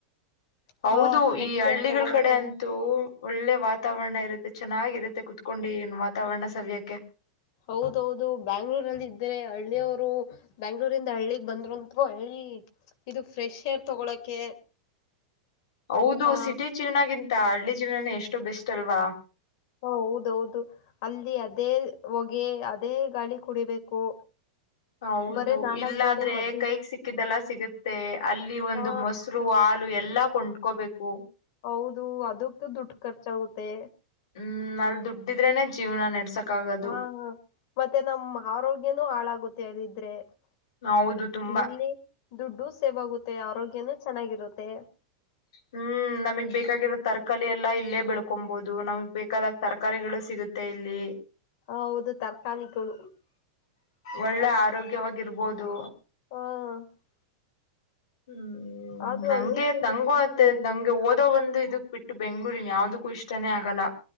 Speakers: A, on the left (about 80°); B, on the left (about 55°).
A: ಹೌದು
B: ಹಾ ಫ್ರೆಶ್
A: ಈ ಹಳ್ಳಿಗಳ
B: ಏರ್ ತಗೊಳಕೆ
A: ಕಡೆ ಅಂತು ಇದು ಒಳ್ಳೆ ವಾತಾವರಣ ಇರುತ್ತೆ ಚೆನ್ನಾಗಿರುತ್ತೆ ಕುೂತ್ಕೊಂಡು ಏನು ವಾತಾವರಣ ಸವ್ಯಕ್ಕೆ
B: ಹೌದೌದು ಬ್ಯಾಂಗ್ಳೂರ್ಲ್ಲಿ ಇದ್ರೆ ಹಳ್ಳಿಯವರು ಬೆಂಗಳೂರು ರಿಂದ ಹಳ್ಳಿಗ್ ಬಂದರುಂತರು ಹಳ್ಳಿ ಇದು ಫ್ರೆಶ್ ಏರ್ ತಗೊಳಕೆ
A: ಹೌದು
B: ಆ
A: ಸಿಟಿ ಜೀವನಗಿಂತ ಹಳ್ಳಿ ಜೀವನೇ ಎಷ್ಟು ಬೆಸ್ಟ್ ಅಲ್ವಾ
B: ಹ ಹೌದೌದು ಅಲ್ಲಿ ಅದೇ ಹೊಗೆ ಅದೇ ಗಾಳಿ ಕುಡಿಬೇಕು
A: ಹೌದು
B: ಬರೇ ನಾಲ್ಕ್
A: ಇಲ್ಲಾದ್ರೆ
B: ಗೋಡೆ ಮಧ್ಯ
A: ಕೈಗ್ ಸಿಕ್ ಹಕ್ಕಿದ್ದಲ್ಲ ಸಿಗುತ್ತೆ ಅಲ್ಲಿ ಒಂದು
B: ಹಾ
A: ಮೊಸರು ಹಾಲು ಎಲ್ಲಾ ಕೊಂಡ್ಕೋಬೇಕು
B: ಹೌದು ಅದಕ್ಕು ದುಡ್ಡು ಖರ್ಚಾಗುತ್ತೆ
A: ಹ್ಮ್ ಅಲ್ ದುಡ್ಡಿದ್ರೇನೆ ಜೀವನ ನಡ್ಸಕ್ ಆಗೋದು
B: ಹಾ ಹಾ ಮತ್ತೆ ನಮ್ಮ ಆರೋಗ್ಯನೂ ಹಾಳಾಗುತ್ತೆ ಅದಿದ್ರೆ
A: ಹೌದು ತುಂಬಾ
B: ಇಲ್ಲಿ ದುಡ್ಡು ಸೇವ್ ಆಗುತ್ತೆ ಆರೋಗ್ಯನೂ ಚೆನ್ನಾಗಿರುತ್ತೆ
A: ಹ್ಮ್ ನಮಗ್ ಬೇಕಾಗಿರೋ ತರಕಾರಿ ಎಲ್ಲಾ ಇಲ್ಲೇ ಬೆಳ್ಕೊಬಹುದು ನಮಗ್ ಬೇಕಾದಾಗ ತರಕಾರಿಗಳು ಸಿಗುತ್ತೆ ಇಲ್ಲಿ
B: ಹ ಹೌದು ತರಕಾರಿಗಳು
A: ಒಳ್ಳೆ ಆರೋಗ್ಯವಾಗಿರ್ಬೋದು
B: ಹ್ಮ
A: ಹ್ಮ್
B: ಆದ್ರೂ
A: ನಂಗೆ
B: ಹಳ್ಳಿ ಜೀವನ
A: ನಂಗೋ
B: ತುಂಬಾ ಚೆನ್ನಾಗಿದೆ
A: ನಂಗೆ ಓದೋ ಒಂದು ಇದಕ್ ಬಿಟ್ಟ ಇ ಬೆಂಗಳೂರಿನ್ ಯಾವ್ದಕ್ಕೂ ಇಷ್ಟನೇ ಆಗಲ್ಲ